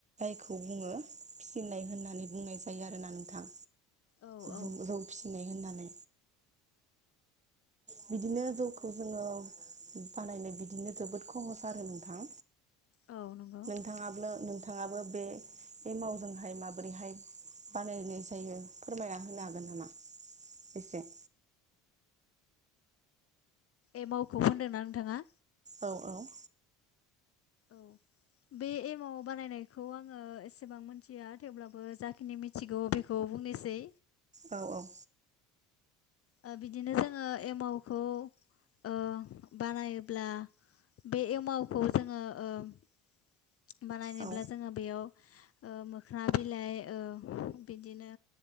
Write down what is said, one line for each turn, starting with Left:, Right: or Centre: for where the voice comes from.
Right: खौ बुङो फिसिनाय होननानै बुंनाय जायो आरोना नोंथां।
Left: औ औ
Right: बुं रौ फिनाय होननानै बिदिनो जौखौ जोङो बानायनाय बिदिनो जोबोद खहस आरो नोंथां।
Left: औ नंगौ।
Right: नोंथाङाब्लो नोंथाङाबो बे बे मावजोंहाय माबोरैहाय बानायनाय जायो फोरमायना होनो हागोन नामा एसे?
Left: एमावखौ होनदोंना नोंथाङा?
Right: औ औ।
Left: औ बे एमाव बानायनायखौ आङो एसेबां मिथिया थेवब्लाबो जाखिनि मि थिगौ बेखौ बुंनोसै
Right: औ औ।
Left: ओ बिदिनो जोङो एमावखौ ओ बानायोब्ला बे एमावखौ जोङो ओ बानायनोब्ला
Right: औ
Left: जोङो बेयाव ओ मोख्रा बिलाइ ओ बिदिनो